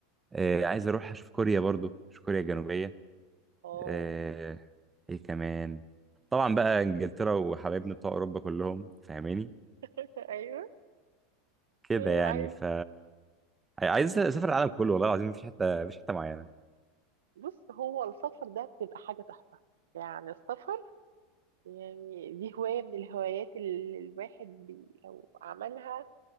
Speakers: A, on the right; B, on the right.
A: آه عايز اروح اشوف كوريا برضو اشوف كوريا الجنوبيه
B: اه
A: آه ايه كمان طبعا بقى انجلترا وحبايبنا بتوع اوروبا كلهم فاهماني
B: <laughs> ايوه
A: كده يعني
B: عايز
A: ف عايز اسافر العالم كله والله العظيم مفيش حته مفيش حته معينه
B: بص هو السفر ده بتبقى حاجة تحفة يعني السفر يعني دي هواية من الهوايات اللي الواحد بي لو عملها